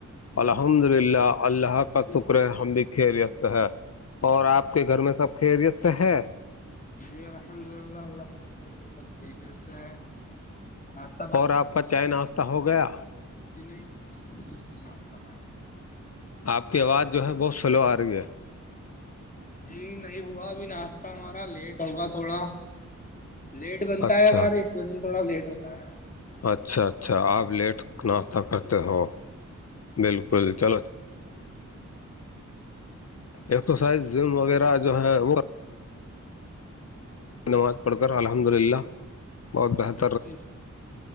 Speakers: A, on the left (about 55°); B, on the left (about 25°).
A: الحمد للہ اللہ کا شکر ہے ہم بھی خریست ہے اور آپ کے گھر میں سب خیریست ہے
B: جی الحمد اللہ اللہ فکر کی سیت سے ہیں ناشتہ
A: اور آپ کا چائے ناشتہ ہو گیا
B: نہیںنابانی
A: آپ کی آواز جو ہے بہت سلو آ رہی ہے
B: جی نہیں ہوا ابھی ناشتہ ہمارا لیٹ ہوگا تھوڑا لیٹ بنتا
A: اچھا
B: ہے ہمارے اس مز سے تھوڑا لیٹ ہوتا ہے آپ
A: اچھا اچھا آپ لیٹ ناشتہ کرتے ہو بالکل چلو ایکسرسائز زم وغیرہ جو ہے وہ نماز پڑھتا الحمد للہ بہت بہت
B: جی جی